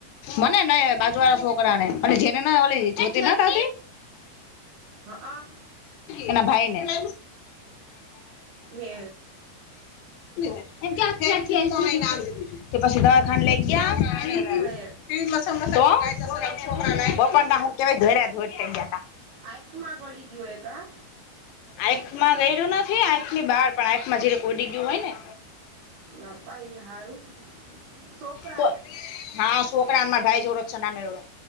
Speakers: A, on the left; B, on the right.
A: મને નય બાજુ વાળા શોકને જેનેલી જોતી.
B: હઅ.
A: એના ભાઈ ને <inaudible>
B: હે
A: <inaudible> <unintelligible> તે પછી દવાખાને લઈ ગયા.
B: <inaudible> <unintelligible>
A: <inaudible> <unintelligible>
B: આખમાં ગડી ગયો એ કા.
A: આંખમાં ગયેલું નથી. આંખની બહાર પણ આંખમાં જરિક ઉડી ગયું હોય ને.
B: બાપા ઇ હારું,. છોકરાને
A: તો હા છોકરામા ભાઈ જોવડો છે નાનો એવો.